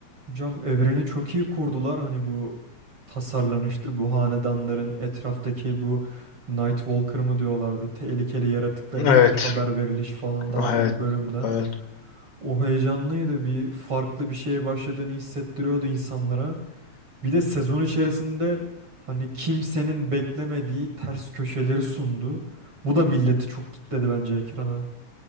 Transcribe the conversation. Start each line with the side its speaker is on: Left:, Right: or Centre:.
Right: Hocam evreni çok iyi kurdular. Hani bu tasarlanıştır, bu hanedanların etraftaki bu Night Walker mı diyorlardı. Tehlikeli yaratıkların
Left: Evet,
Right: ilk haber verilişi falan daha
Left: evet,
Right: ilk bölümden.
Left: evet.
Right: O heyecanlıydı. Bir farklı bir şeye başladığını hissettiriyordu insanlara. Bir de sezon içerisinde hani kimsenin beklemediği ters köşeleri sundu. Bu da milleti çok kitledi bence ekrana.